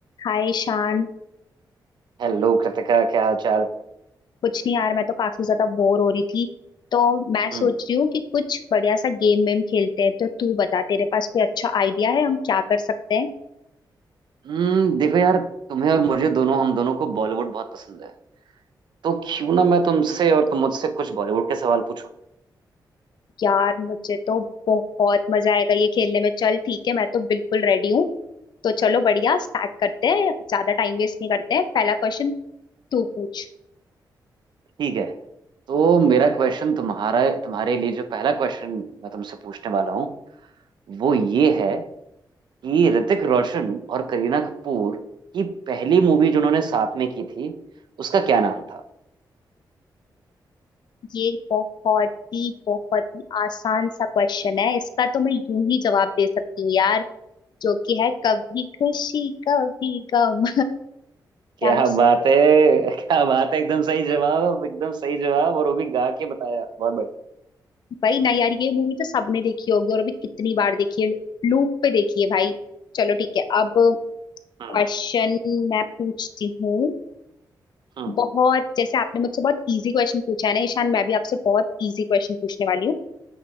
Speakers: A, on the left (about 65°); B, on the right (about 70°).
A: हाय शान
B: Hello Kritika क्या हाल चाल
A: कुछ नहीं यार मैं तो काफी ज्यादा बोर हो रही थी तो मैं
B: हम्म
A: सोच रही हूँ कि कुछ बढ़िया सा गेम वेम खेलते हैं तो तू बता तेरे पास कोई अच्छा आइडिया है हम क्या कर सकते हैं
B: हम्म, देखो यार तुम्हें और मुझे दोनों हम दोनों को बॉलीवुड बहुत पसंद है तो क्यों ना मैं तुमसे और तुम मुझसे कुछ बॉलीवुड के सवाल पूछो
A: यार मुझे तो बहुत मजा आएगा ये खेलने में चल ठीक है मैं तो बिल्कुल रेडी हूँ तो चलो बढ़िया स्टार्ट करते हैं ज्यादा टाइम वेस्ट नहीं करते हैं पहला क्वेश्चन तू पूछ
B: ठीक है तो मेरा क्वेश्चन तुम्हारा तुम्हारे लिए जो पहला क्वेश्चन मैं तुमसे पूछने वाला हूँ वो ये है कि ऋतिक रोशन और करीना कपूर की पहली मूवी जो उन्होंने साथ में की थी उसका क्या नाम था
A: ये बहुत ही बहुत ही आसान सा क्वेश्चन है इसका तो मैं यूं ही जवाब दे सकती हूँ यार जो कि है कभी खुशी कभी गम क्या
B: क्या
A: मैं सही
B: बात है क्या बात है एकदम सही जवाब एकदम सही जवाब और वो भी गा के बताया बहुत बढ़िया
A: भाई ना यार ये मूवी तो सबने देखी होगी और अभी कितनी बार देखी है लूप पे देखी है भाई चलो ठीक है अब
B: हम्म
A: क्वेश्चन मैं पूछती हूँ
B: हम्म
A: बहुत जैसे आपने मुझसे बहुत इजी क्वेश्चन पूछा है ना ईशान मैं भी आपसे बहुत इजी क्वेश्चन पूछने वाली हूँ